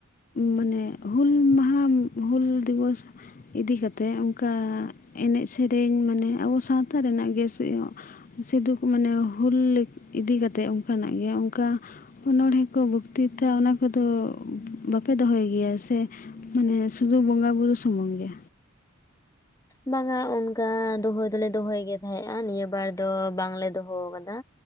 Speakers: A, on the left; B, on the left.
A: ᱢᱟᱱᱮ ᱦᱩᱞ ᱢᱟᱦᱟ, ᱦᱩᱞ ᱫᱤᱵᱚᱥ ᱤᱫᱤ ᱠᱟᱛᱮ ᱚᱱᱠᱟ ᱮᱱᱮᱡ ᱥᱮᱨᱮᱧ ᱢᱟᱱᱮ ᱟᱵᱚ ᱥᱟᱶᱛᱟ ᱨᱮᱱᱟᱜ ᱜᱮ ᱥᱤᱫᱩ ᱢᱟᱱᱮ ᱦᱩᱞ ᱤᱫᱤ ᱠᱟᱛᱮ ᱚᱱᱠᱟᱱᱟᱜ ᱜᱮ ᱚᱱᱠᱟ ᱚᱱᱚᱲᱦᱮᱸ ᱠᱚ ᱵᱚᱠᱛᱤᱛᱟ ᱚᱱᱟ ᱠᱚᱫᱚ ᱵᱟᱯᱮ ᱫᱚᱦᱚᱭ ᱜᱮᱭᱟ ᱥᱮ ᱢᱟᱱᱮ ᱥᱩᱫᱩ ᱵᱚᱸᱜᱟ ᱵᱩᱨᱩ ᱥᱩᱢᱩᱝ ᱜᱮ
B: ᱵᱟᱝᱟ ᱚᱱᱠᱟ ᱫᱚᱦᱚᱭ ᱫᱚᱞᱮ ᱫᱚᱦᱚᱭ ᱜᱮ ᱛᱟᱦᱮᱸᱫᱼᱟ ᱱᱤᱭᱟᱹ ᱵᱟᱨ ᱫᱚ ᱵᱟᱝᱞᱮ ᱫᱚᱦᱚ ᱟᱠᱟᱫᱟ